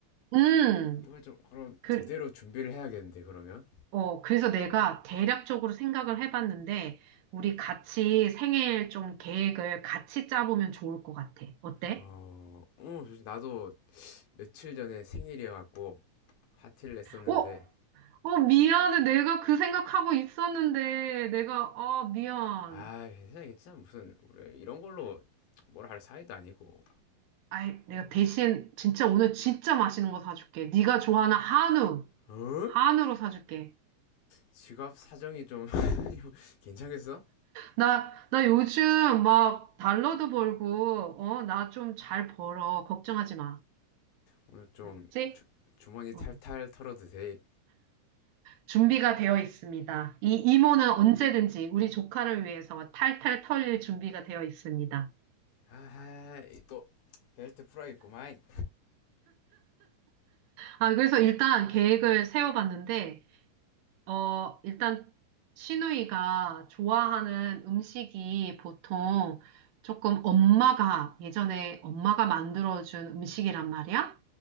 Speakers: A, on the right; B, on the left.
A: 음,
B: 이걸 좀 그럼
A: 그,
B: 제대로 준비를 해야겠는데 그러면
A: 어, 그래서 내가 대략적으로 생각을 해봤는데, 우리 같이 생일 좀 계획을 같이 짜보면 좋을 것 같아. 어때?
B: 어, 어 나도 며칠 전에 생일이어갖고 파티를 냈었는데
A: 어, 어, 미안해. 내가 그 생각하고 있었는데, 내가, 아, 미안.
B: 아 괜찮아 괜찮아 무슨 우리 이런 걸로 뭐라 할 사이도 아니고
A: 아이, 내가 대신 진짜 오늘 진짜 맛있는 거 사줄게. 네가 좋아하는 한우,
B: 어?
A: 한우로 사줄게.
B: 지갑 사정이 좀 <laughs> 괜찮겠어?
A: 나, 나 요즘 막 달러도 벌고, 어, 나 좀 잘 벌어. 걱정하지 마.
B: 오늘 좀
A: 그치?
B: 주, 주머니
A: 어,
B: 탈탈 털어도 돼
A: 준비가 되어 있습니다. 이 이모는 언제든지 우리 조카를 위해서 탈탈 털릴 준비가 되어 있습니다.
B: 아이 또 벨트 풀어야겠구만
A: 아, 그래서 일단 계획을 세워봤는데, 어, 일단 시누이가 좋아하는 음식이 보통 조금 엄마가 예전에 엄마가 만들어준 음식이란 말이야.